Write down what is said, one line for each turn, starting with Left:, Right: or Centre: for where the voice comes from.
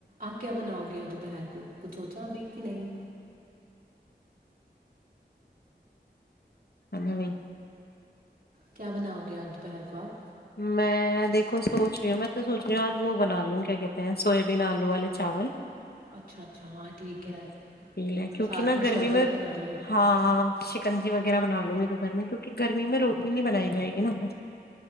Right: آکیا بناؤ گ گیا دوپہر کو کچھ سوچا ابھی کہ نہیں
Left: ا بھی <unintelligible>
Right: کیا بناؤ گے آج دوپہر کو آپ
Left: میں دیکھو سوچ رہی ہوں میں تو سوچ رہی ہوں آج وہ بنا لوں کیا کہتے ہیں سویابین آلو والے چاول
Right: اچھا اچھا ہاں ٹھیک ہے
Left: پی لیں کیونکہ
Right: ساتھ
Left: نا
Right: میں
Left: گرمی
Right: شربت بنا لو <unintelligible>
Left: ہاں شکنجی وغیرہ بنا لوں گی دوپہ میں کیونکہ گرمی میں روٹی نہیں بنائی جائے گی نا <unintelligible>